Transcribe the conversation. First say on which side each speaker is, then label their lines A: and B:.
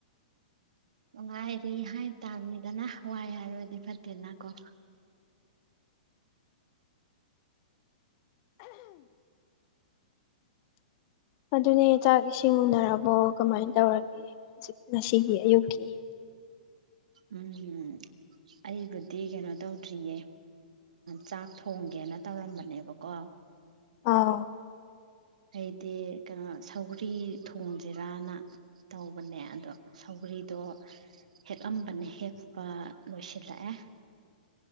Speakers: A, on the right; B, on the left.
A: ꯅꯨꯡꯉꯥꯏꯔꯤ ꯍꯥꯏ ꯇꯥꯕꯅꯤꯗꯅ ꯋꯥꯏ ꯍꯥꯏꯔꯨꯔꯗꯤ ꯐꯠꯇꯦꯅ ꯀꯣ
B: ꯑꯗꯨꯅꯦ ꯆꯥꯛ ꯏꯁꯤꯡ ꯎꯅꯔꯕꯣ ꯀꯃꯥꯏꯅ ꯇꯧꯔꯒꯦ ꯍꯧꯖꯤꯛ ꯉꯁꯤꯒꯤ ꯑꯌꯨꯛꯀꯤ
A: ꯎꯝ ꯑꯩꯕꯨꯗꯤ ꯀꯩꯅꯣ ꯇꯧꯗ꯭ꯔꯤꯌꯦ ꯆꯥꯛ ꯊꯣꯡꯒꯦꯅ ꯇꯧꯔꯝꯕꯅꯦꯕꯀꯣ
B: ꯑꯥ
A: ꯑꯩꯗꯤ ꯀꯩꯅꯣ ꯁꯧꯒꯔꯤ ꯊꯣꯡꯁꯤꯔꯥꯅ ꯇꯧꯕꯅꯦ ꯑꯗꯣ ꯁꯧꯒ꯭ꯔꯤꯗꯣ ꯑꯝꯕꯅ ꯍꯦꯛꯄ ꯂꯣꯏꯁꯤꯜꯂꯛꯑꯦ